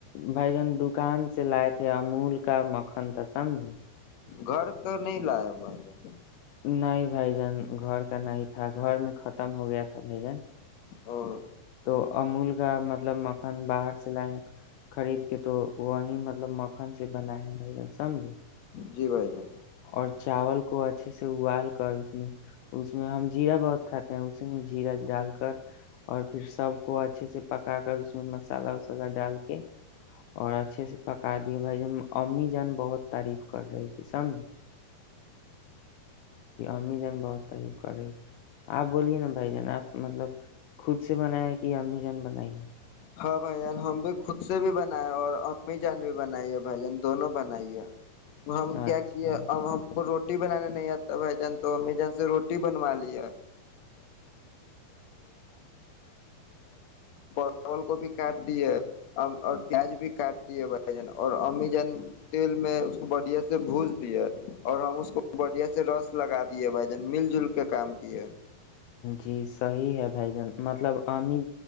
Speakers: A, on the left (about 75°); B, on the left (about 60°).
A: بھائی جان دکان سے لائے تھے امول کا مکھن تھا سمج
B: گھر کر نہیں لایا بھائی ج
A: نہیں بھائی جان گھر کا نہیں تھا گھر میں ختم ہو گیا تھا بھائی جان
B: اور
A: تو امول کا مطلب مکھن باہر سے لائے خرید کے تو وہی مطلب م دکان سے بنا ہے ہیں سمجھے
B: جی بھائی جان
A: اور چاول کو اچھے سے ابال کر اس میں اس میں ہم جیرا بہت کھاتے ہیں اس میں جیرا ڈال کر کر اور پھر سب کو اچھے سے پکا کر اس میں مسالہ وسالہ ڈال کے اور اچھے سے پکا د بھ جن امی جان بہت تعف کر رہی اسسم <inaudible> امی جان بہت تعریف کر رہی آپ بولیے نا بھائی جان آپ مطلب خود سے بنایا کہ امی جان بنائی
B: ہاں بھائی جان ہم بھی خود سے بھی بنائے اور امی جان بھی بنائیے بھائی جن دونوں بنائیے
A: ہے؟
B: ہم کیا
A: اچھا
B: کیے اب ہم کو روٹی روٹی بنانے نہیں آتا بائی جان تومی سے روٹی بنوا لی چاول کو بھی کاٹ دیے اور پیاز بھی کاٹ دیے بھائی جان اور امی جن تیل میں اس کو بڑھیا سے بھج دیے اور ہم اس کو بڑھیا سے رس لگا دیے بھائی جان مل جل کے کام کیے
A: جی صحیح ہے بھائی جان مطلب امی